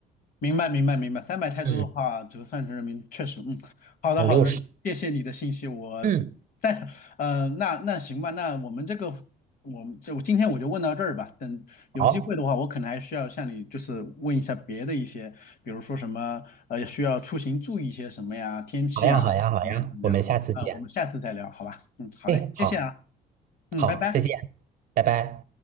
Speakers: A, on the left; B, on the right.
A: 明白，明白，明白。三百泰铢的话，
B: 嗯，
A: 折算成人民币，确实，嗯，好的，
B: 五六十，
A: 好的，谢谢你的信息。我，
B: 嗯，
A: 但是，呃，那那行吧，那我们这个，我们就今天我就问到这儿吧。等有机会的话，
B: 好，
A: 我可能还需要向你就是问一下别的一些，比如说什么，呃，需要出行注意一些什么呀，天气啊，
B: 好呀，好呀，好呀，
A: 怎么样怎么样？
B: 我们下次见。
A: 啊、我们下次再聊，好吧？嗯，好嘞，
B: 哎，好，
A: 谢谢啊，嗯，
B: 好，
A: 拜拜。
B: 再见，拜拜。